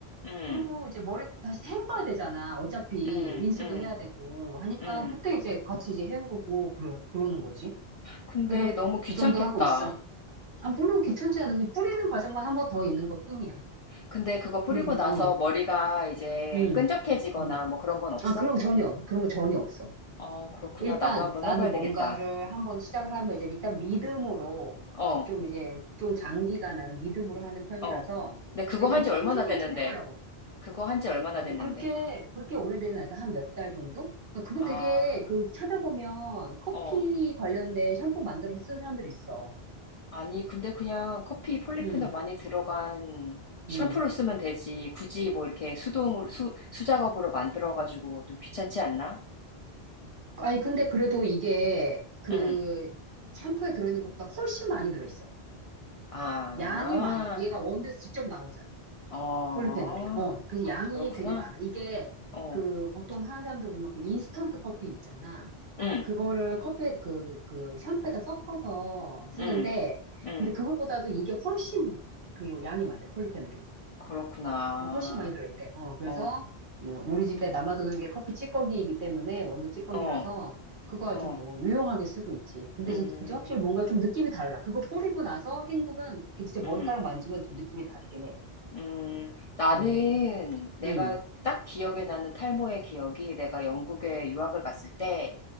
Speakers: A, on the left; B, on the right.
A: 응,
B: 그리고 이제 머리 다시 헹궈야 되잖아. 어차피
A: 응,
B: 린스도
A: 응,
B: 해야 되고 하니까
A: 응.
B: 그때 이제 같이 이제 헹구고 그러, 그러는 거지.
A: 근데
B: 그래서
A: 너무 귀찮겠다.
B: 그 정도 하고 있어. 아, 물론 귀찮지 않아. 그냥 뿌리는 과정만 한번 더 있는 것뿐이야.
A: 근데 그거
B: 그렇게,
A: 뿌리고 나서
B: 어,
A: 머리가 이제
B: 음,
A: 끈적해지거나
B: 음.
A: 뭐 그런 건 없어?
B: 아, 그런 거 전혀, 그런 거 전혀 없어.
A: 어, 그렇구나.
B: 일단
A: 나도 한번
B: 나는
A: 해봐야 되겠다.
B: 뭔가를 한번 시작을 하면 이제 일단 믿음으로
A: 어,
B: 좀 이제 좀 장기간 나는 믿음으로 하는 편이라서
A: 어. 근데 그거
B: 그러니까 일단
A: 한지
B: 좀
A: 얼마나
B: 꾸준히
A: 됐는데?
B: 좀 해보려고.
A: 그거 한지 얼마나
B: 뭐
A: 됐는데?
B: 그렇게, 그렇게 오래되진 않아서 한 몇 달 정도? 그러니까 그거
A: 아,
B: 되게 그 찾아보면 커피
A: 어.
B: 관련된 샴푸 만들어서 쓰는 사람들이 있어.
A: 아니, 근데 그냥 커피 폴리페놀
B: 음,
A: 많이 들어간 샴푸를
B: 음.
A: 쓰면 되지. 굳이 뭐 이렇게 수동으로, 수, 수작업으로 만들어가지고 좀 귀찮지 않나?
B: 아니, 근데 그래도 이게 그
A: 응.
B: 샴푸에 들어있는 것보다 훨씬 많이 들어있어.
A: 아,
B: 양이 많아. 얘가 원두에서 직접 나오잖아.
A: 어,
B: 폴리페놀이. 어, 그래서 양이
A: 그렇구나.
B: 되게 많아. 이게
A: 어,
B: 그 보통 하는 사람들 보면 그 인스턴트 커피 있잖아.
A: 응,
B: 그거를 커피, 그, 그 샴푸에다 섞어서 쓰는데,
A: 응, 응.
B: 근데 그것보다도 이게 훨씬 그 양이 많대, 폴리페놀이.
A: 그렇구나.
B: 어, 훨씬 많이 들어있대. 어, 그래서
A: 어,
B: 음, 우리 집에 남아도는 게 커피 찌꺼기이기 때문에 원두 찌꺼기라서
A: 어,
B: 그거 아주
A: 어.
B: 뭐 유용하게 쓰고 있지. 근데
A: 음,
B: 진짜 확실히 뭔가 좀 느낌이 달라. 그거 뿌리고 나서 헹구면 이게 진짜 머리카락
A: 음,
B: 만지면 좀 느낌이 다르긴 해.
A: 음. 나는
B: 응,
A: 내가
B: 응,
A: 딱 기억에 나는 탈모의 기억이 내가 영국에 유학을 갔을 때